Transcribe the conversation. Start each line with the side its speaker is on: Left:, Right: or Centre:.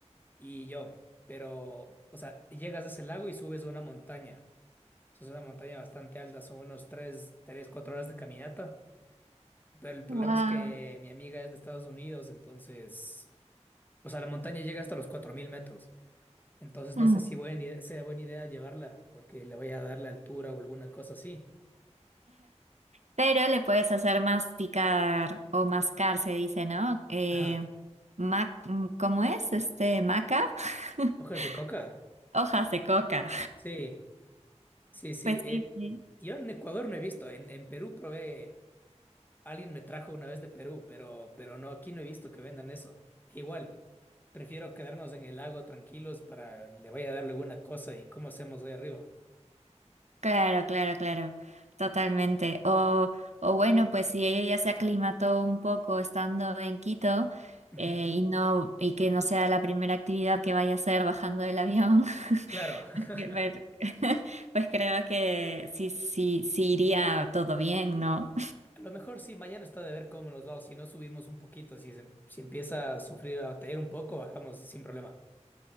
Left: y yo. Pero, o sea, llegas a ese lago y subes a una montaña. Eso es una montaña bastante alta, son unos tres, tres, 4 horas de caminata. Pero el problema
Right: wow.
Left: es que mi amiga es de Estados Unidos, entonces, o sea, la montaña llega hasta los 4.000 metros. Entonces
Right: Mm.
Left: no sé si buena idea- sea buena idea llevarla, porque le voy a dar la altura o alguna cosa así.
Right: Pero le puedes hacer masticar o mascar, se dice, ¿no? Eh,
Left: Ajá.
Right: ma- mm, ¿cómo es? Este, maca, <laughs>
Left: ¿Hojas de coca?
Right: hojas de coca.
Left: Sí, sí, sí.
Right: Pues
Left: eh,
Right: sí, sí.
Left: yo en Ecuador no he visto, en, en Perú probé Alguien me trajo una vez de Perú, pero, pero no, aquí no he visto que vendan eso. Igual, prefiero quedarnos en el lago tranquilos para le vaya a dar alguna cosa y cómo hacemos ahí arriba.
Right: Claro, claro, claro, totalmente. O, o bueno, pues si ella ya se aclimató un poco estando en Quito
Left: Ujú.
Right: eh, y no y que no sea la primera actividad que vaya a hacer bajando del avión,
Left: Claro, <laughs>
Right: <laughs> que ver- <laughs> pues creo que sí, sí, sí iría todo bien, ¿no?
Left: a lo mejor sí, mañana está de ver cómo nos va, o si no subimos un poquito, si, se- si empieza a sufrir, a batallar un poco, bajamos sin problema.